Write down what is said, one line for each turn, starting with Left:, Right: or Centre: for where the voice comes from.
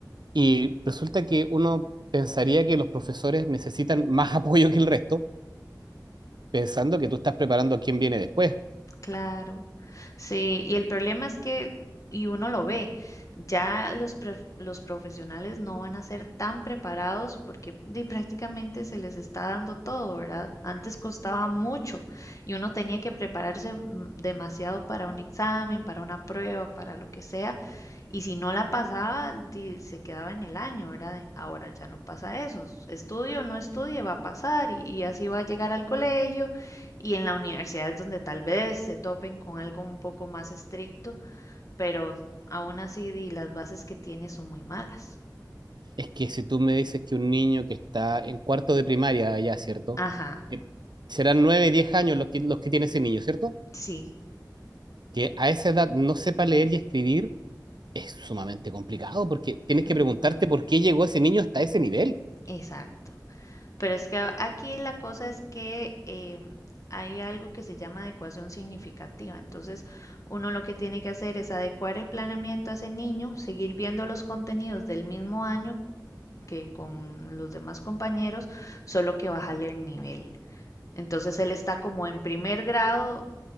Right: Y resulta que uno pensaría que los profesores necesitan más <laughs> apoyo que el resto, pensando que tú estás preparando a quien viene después.
Left: Claro, sí, y el problema es que, y uno lo ve, ya los, pref- los profesionales no van a ser tan preparados porque di, prácticamente se les está dando todo, ¿verdad? Antes costaba mucho y uno tenía que prepararse mm, demasiado para un examen, para una prueba, para lo que sea, y si no la pasaba, di, se quedaba en el año, ¿verdad? Ahora ya no pasa eso, estudio o no estudie, va a pasar y y así va a llegar al colegio y en la universidad es donde tal vez se topen con algo un poco más estricto, pero aún así di, las bases que tiene son muy malas.
Right: Es que si tú me dices que un niño que está en cuarto de primaria allá, ¿cierto?
Left: Ajá,
Right: Que serán nueve, diez años los que, los que tiene ese niño, ¿cierto?
Left: sí,
Right: Que a esa edad no sepa leer y escribir es sumamente complicado porque tienes que
Left: ujú,
Right: preguntarte por qué llegó ese niño hasta ese nivel.
Left: exacto. Pero es que a- aquí la cosa es que em, hay algo que se llama adecuación significativa. Entonces, uno lo que tiene que hacer es adecuar el planeamiento a ese niño, seguir viendo los contenidos del mismo año que con los demás compañeros, solo que bajarle el nivel. Entonces él está como en primer grado,